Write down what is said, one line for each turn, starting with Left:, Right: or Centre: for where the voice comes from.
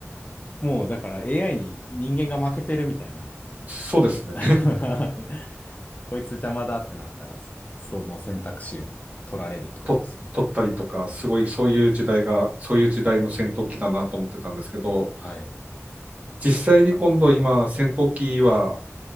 Left: もうだから AI に人間が負けてるみたいな
Right: <laughs> そうですね。
Left: <laughs> こいつ邪魔だってなったら、そその選択肢を取られるってことですよね。
Right: と撮ったりとか、すごいそういう時代が、そういう時代の戦闘機だなと思ってたんですけど、
Left: はい。
Right: 実際に今度今、戦闘機は、